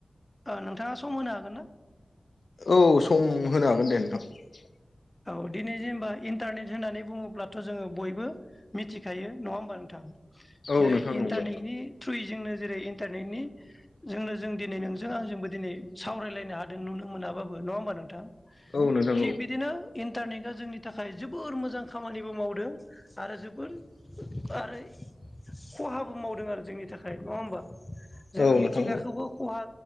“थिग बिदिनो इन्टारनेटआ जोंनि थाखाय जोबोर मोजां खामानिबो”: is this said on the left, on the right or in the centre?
Left